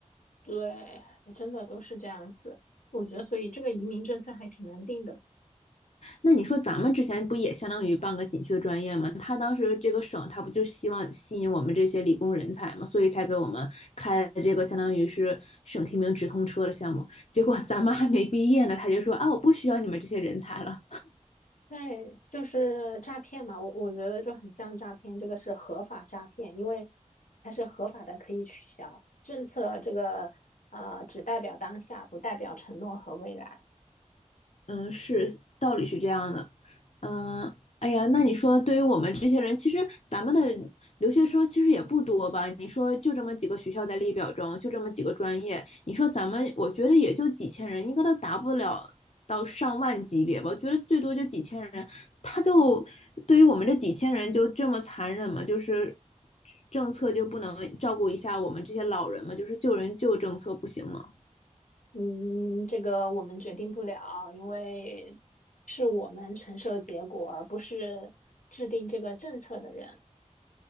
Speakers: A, on the left; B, on the left.
A: 对，还真的都是这样子。我觉得所以这个移民政策还挺难定的。
B: 那你说咱们之前不也相当于办个紧缺专业吗？他当时这个省他不就希望吸引我们这些理工人才吗？所以才给我们开了这个相当于是省提名直通车的项目。结果咱们还没毕业呢，他就说啊，我不需要你们这些人才了。
A: 对，就是诈骗嘛，我我觉得就很像诈骗，这个是合法诈骗，因为它是合法的，可以取消。政策这个呃，只代表当下，不代表承诺和未来。
B: 嗯，是，道理是这样的。嗯，哎呀，那你说，对于我们这些人，其实咱们的留学生其实也不多吧？你说就这么几个学校在列表中，就这么几个专业，你说咱们，我觉得也就几千人，应该都达不了到上万级别吧？我觉得最多就几千人，他就对于我们这几千人就这么残忍吗？就是政策就不能照顾一下我们这些老人吗？就是救人救政策不行吗？
A: 嗯，这个我们决定不了，因为是我们承受结果，而不是制定这个政策的人。